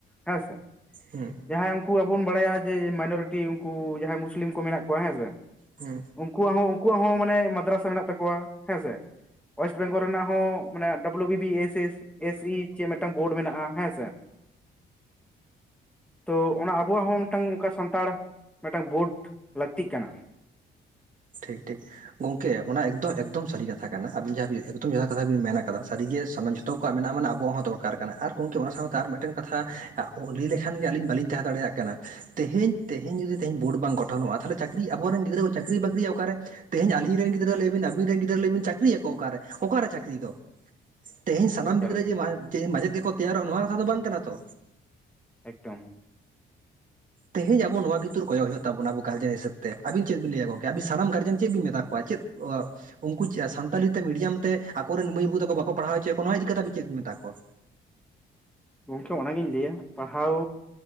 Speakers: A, in the centre; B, on the right.
A: ᱦᱮᱸ ᱥᱮ᱾
B: ᱦᱩᱸ᱾
A: ᱡᱟᱦᱟᱸᱭ ᱩᱱᱠᱩ ᱟᱵᱚ ᱵᱚᱱ ᱵᱟᱰᱟᱭᱟ ᱡᱮ ᱢᱟᱭᱱᱚᱨᱚᱴᱤ ᱩᱱᱠᱩ ᱡᱟᱦᱟᱸᱭ ᱢᱩᱥᱞᱤᱢ ᱠᱚ ᱢᱮᱱᱟᱜ ᱠᱚᱣᱟ ᱦᱮᱸ ᱥᱮ᱾
B: ᱦᱩᱸ᱾
A: ᱩᱱᱠᱩᱣᱟᱜ ᱦᱚᱸ ᱩᱱᱠᱩᱣᱟᱜ ᱦᱚᱸ ᱢᱟᱱᱮ ᱢᱟᱫᱽᱨᱟᱥᱟ ᱨᱮ ᱢᱮᱱᱟᱜ ᱛᱟᱠᱚᱣᱟ ᱦᱮᱸ ᱥᱮ᱾ ᱳᱭᱮᱥᱴ ᱵᱮᱝᱜᱚᱞ ᱨᱮᱱᱟᱜ ᱦᱚᱸ ᱢᱟᱱᱮ W B B S S S E ᱪᱮ ᱢᱤᱫᱴᱟᱝ ᱵᱚᱰ ᱢᱮᱱᱟᱜᱼᱟ ᱦᱮᱸ ᱥᱮ ᱛᱚ ᱚᱱᱟ ᱟᱵᱚᱣᱟᱜ ᱦᱚᱸ ᱢᱤᱫᱴᱟᱝ ᱚᱱᱠᱟ ᱥᱟᱱᱛᱟᱲ ᱢᱤᱫᱴᱟᱝ ᱵᱚᱰ ᱞᱟᱹᱠᱛᱤᱜ ᱠᱟᱱᱟ᱾
B: ᱴᱷᱤᱠ ᱴᱷᱤᱠ᱾ ᱜᱚᱝᱠᱮ ᱚᱱᱟ ᱮᱠᱫᱚᱢ ᱮᱠᱫᱚᱢ ᱥᱟᱹᱨᱤ ᱠᱟᱛᱷᱟ ᱠᱟᱱᱟ ᱟᱵᱤᱱ ᱡᱟᱦᱟᱸ ᱮᱠᱫᱚᱢ ᱡᱚᱛᱷᱟ ᱠᱟᱛᱷᱟ ᱵᱤᱱ ᱢᱮᱱ ᱠᱟᱫᱟ ᱥᱟᱹᱨᱤ ᱜᱮ ᱥᱟᱱᱟᱢ ᱡᱚ ᱛᱚ ᱠᱚᱣᱟᱜ ᱢᱮᱱᱟᱜᱼᱟ ᱢᱟᱱᱮ ᱟᱵᱚᱣᱟᱜ ᱦᱚᱸ ᱫᱚᱨᱠᱟᱨ ᱠᱟᱱᱟ ᱟᱨ ᱜᱚᱢᱠᱮ ᱚᱱᱟ ᱥᱟᱶᱛᱮ ᱟᱨ ᱢᱤᱫᱴᱮᱱ ᱠᱟᱛᱷᱟ ᱞᱟᱹᱭ ᱞᱮᱠᱷᱟᱱ ᱜᱮ ᱟᱹᱞᱤᱧ ᱵᱟᱹᱞᱤᱧ ᱛᱟᱦᱮᱸ ᱫᱟᱲᱮᱭᱟᱜ ᱠᱟᱱᱟ ᱛᱮᱦᱮᱧ ᱛᱮᱦᱮᱧ ᱡᱩᱫᱤ ᱛᱮᱦᱮᱧ ᱵᱚᱰ ᱵᱟᱝ ᱜᱚᱴᱷᱚᱱᱚᱜᱼᱟ ᱛᱟᱦᱚᱞᱮ ᱪᱟᱹᱠᱨᱤ ᱟᱵᱚᱨᱮᱱ ᱜᱤᱫᱽᱨᱟᱹ ᱠᱚ ᱪᱟᱹᱠᱨᱤ ᱵᱟᱹᱠᱨᱤ ᱚᱠᱟᱨᱮ ᱛᱮᱦᱮᱧ ᱟᱹᱞᱤᱧ ᱨᱮᱱ ᱜᱤᱫᱽᱨᱟᱹ ᱞᱟᱹᱭ ᱵᱤᱱ ᱟᱵᱤᱱ ᱨᱮᱱ ᱜᱤᱫᱽᱨᱟᱹ ᱞᱟᱹᱭ ᱵᱤᱱ ᱪᱟᱹᱠᱨᱤᱭᱟᱠᱚ ᱚᱠᱟᱨᱮ ᱚᱠᱟᱨᱮ ᱪᱟᱹᱠᱨᱤ ᱫᱚ᱾ ᱛᱮᱦᱮᱧ ᱥᱟᱱᱟᱢ
A: ᱮᱠᱟᱞ
B: ᱜᱤᱫᱽᱨᱟᱹ
A: ᱮᱠᱟᱞ
B: ᱡᱮ ᱢᱟ ᱛᱮᱦᱤᱧ ᱢᱟᱪᱮᱫ ᱜᱮᱠᱚ ᱛᱮᱭᱟᱨᱚᱜᱼᱟ ᱱᱚᱣᱟ ᱠᱟᱛᱷᱟ ᱫᱚ ᱵᱟᱝ ᱠᱟᱱᱟ ᱛᱚ᱾
A: ᱮᱠᱫᱚᱢ᱾
B: ᱛᱮᱦᱮᱧ ᱟᱵᱚ ᱱᱚᱣᱟ ᱠᱤᱛᱩᱨ ᱠᱚᱭᱚᱜ ᱦᱩᱭᱩᱜ ᱛᱟᱵᱚᱱᱟ ᱛᱮᱦᱮᱧ ᱟᱵᱚ ᱱᱚᱣᱟ ᱠᱷᱟᱹᱛᱤᱨ ᱠᱚᱭᱚᱜ ᱦᱚᱭᱚᱜ ᱛᱟᱵᱚᱱᱟ ᱟᱵᱚ ᱜᱟᱨᱡᱮᱱ ᱦᱤᱥᱟᱹᱵ ᱛᱮ ᱟᱵᱤᱱ ᱪᱮᱫ ᱵᱤᱱ ᱞᱟᱹᱭᱟ ᱜᱚᱝᱠᱮ ᱟᱵᱤᱱ ᱥᱟᱱᱟᱢ ᱜᱟᱨᱡᱮᱱ ᱪᱮᱫ ᱵᱤᱱ ᱢᱮᱛᱟ ᱠᱚᱣᱟ ᱪᱮᱫ ᱠᱚᱣᱟ ᱾ ᱩᱱᱠᱩ ᱪᱮ ᱥᱟᱱᱛᱟᱞᱤ ᱛᱮ, ᱢᱤᱰᱤᱭᱟᱢ ᱛᱮ, ᱟᱠᱚ ᱨᱮᱱ ᱢᱟᱹᱭ ᱵᱟᱹᱵᱩ ᱛᱟᱠᱚ, ᱵᱟᱠᱚ ᱯᱟᱲᱦᱟᱣ ᱚᱪᱚᱭᱮᱫ ᱚᱱᱟ, ᱤᱫᱤ ᱠᱟᱛᱮ, ᱟᱵᱤᱱ ᱪᱮᱫ ᱵᱤᱱ ᱢᱮᱛᱟ ᱠᱚᱣᱟ?
A: ᱜᱚᱝᱠᱮ, ᱚᱱᱟ ᱜᱤᱧ ᱞᱟᱹᱭᱟ, ᱯᱟᱲᱦᱟᱣ